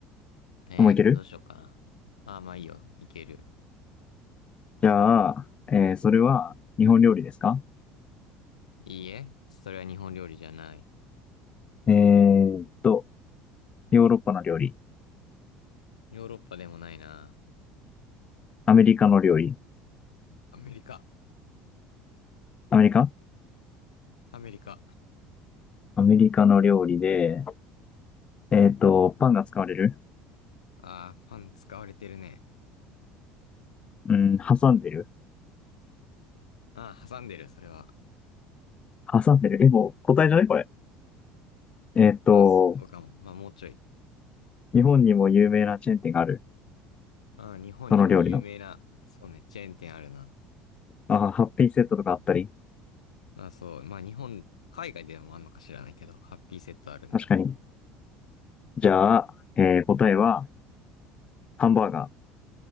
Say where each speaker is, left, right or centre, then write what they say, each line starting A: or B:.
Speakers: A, on the left; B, on the left.
A: ねえーどうしようかな。
B: もういける
A: ああ、まあいいよ。いける。
B: じゃあ、えーそれは日本料理ですか
A: いいえ。それは日本料理じゃない。
B: えーっと、ヨーロッパの料理、
A: ヨーロッパでもないな。
B: アメリカの料理、
A: アメリカ。
B: アメリカ
A: アメリカ。
B: アメリカの料理で、えーっと、パンが使われる
A: ああ、パン使われてるね。
B: うん、挟んでる
A: ああ、挟んでる、それは。
B: 挟んでるえ、もう答えじゃないこれ。えーっと、
A: まあ、そうかも。まあ、もうちょい。
B: 日本にも有名なチェーン店がある。
A: ああ、日本にも有名な、
B: その料理の。
A: そうね、チェーン店あるな。
B: あー、ハッピーセットとかあったり。
A: ああ、そう。まあ、日本、海外でもあんのか知らないけど、ハッピーセットあるね。
B: 確かに。じゃあ、えー答えは、ハンバーガ